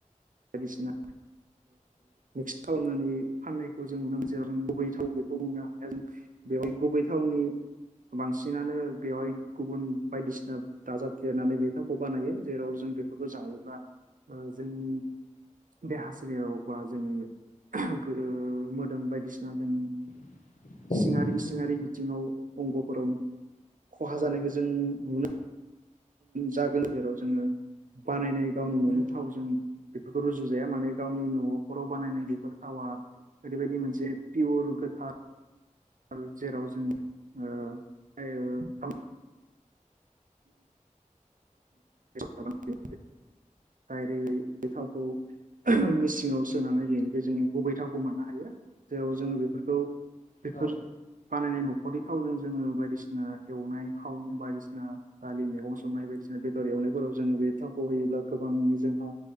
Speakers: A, on the right (about 80°); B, on the left (about 70°).
A: बायसिना मिक्स खालामनानै फाननायखौ जों नुनो मोनसै‌ आरो गुबै थाव बेखौ बुंनो हाखाया जों बेवहाय गुबै थावनि बांसिनानो बेवहाय गुबुन बायदिसिना दाजाब देरनानै बे थावखौ बानायो जेराव जों बेफोरखौ जावोब्ला ओ जोंनि देहा सोलेराव बा जोंङो गो ओ मोदोम बायदिसिना दों
B: <unintelligible>
A: सिंङारि सिंङारि
B: उम
A: बिथिङाव अंगफोराव खहा
B: औ
A: जानायखो जों नुनो जागोन जेराव जोंङो बानायनाय गावनि ननि
B: उम
A: थावजों बेफोरखौ रुजु जाया माने गावनि नखराव बानायनाय बेर थावा ओरैबायदि मोनसे पियर गोथार आरो जेराव जों ओ <inaudible> <unintelligible> डायरेक्ट बे थावखौ मिसिंआव सोनानै बेनिफाय जोंङो गुबै थावखौ मोननो हायो। जेराव जोंङो बेफोरखौ बेफोर
B: औ
A: बानायनाय नख खरनि थावजों जोंङो बायदिसिना एवनाय खाव बायदिसिना दालि मेगं संनाय बायदिसिना बेदर एवनायफोराव जों बे थावखौ होयोब्ला गोबां जोंहा